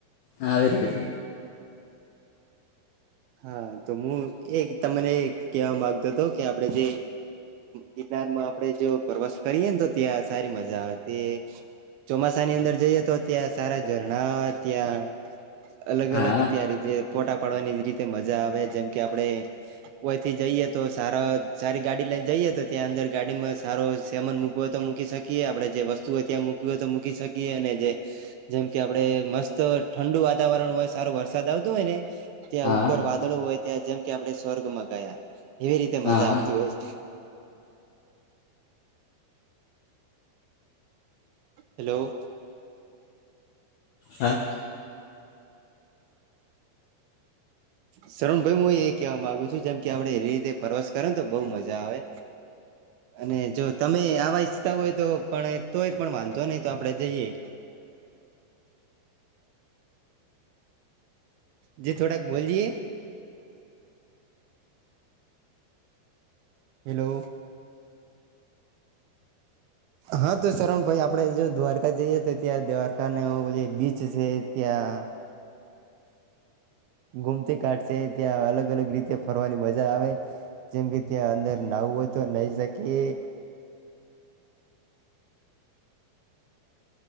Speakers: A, on the left (about 80°); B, on the right (about 80°).
A: હા આવીર્યો છે
B: હા તો હું એક તમને કેવા માગતો હતો કે આપડે જે ગિરનારમાં આપડે જો પ્રવાસ કરીએ ને તો ત્યાં સારી મજા આવેતી. ચોમાસા ની અંદર જઈએ તો ત્યાં સારા ઝરણા ત્યાં અલગ
A: હા
B: અલગ
A: વેરી
B: ત્યારે જે. ફોટા પાડવાની રીતે મજા આવે જેમ કે આપડે કોઈથી જઈએ. તો, સારા સારી ગાડી લ જઈએ તો ત્યાં અંદર ગાડીમાં સો સેવન મૂકવ હોય તો મકીએ આપણે જેસ્તુ હોય ત્યાં મૂકવી હોય તો મૂકી. શકીએ અને જે જેમ કે આપડે મસ્ત ઠંડુ વાતાવરણ હોય સારો વરસાદ આવતો હોય ને ત્યાં
A: હા
B: ઉપર વાદળો હોય ત્યાં જેમ કે આપડણે સ્વર્ગમાં ગયા એવી રીતે
A: હા
B: મજા આવત હોય છે હેલો
A: હા
B: શરણ ભાઈ હું એ કેહેવા માગુ છું જેમ કે આપડે એ રીતે પ્રવાસ કરે ને તો બહ મજા આવે અને જો તમે આવા ઈચ્છતા હોય તો પણ તોય પણ વાંધો નહી તો આપડે જઈએ જી થોડાક બોલ જએ હલો હા તો શરવણ ભાઈ આપડે જો દ્વારકા જઈએ તો ત્યાં દ્વારકા ન જે બીચ છે ત્યાં હા, ગુમતી કાઢશે ત્યાં અલગ અલગ રીતે ફરવાની મજા આવે જેમ કે ત્યાં અંદર ના તો નહી શકી,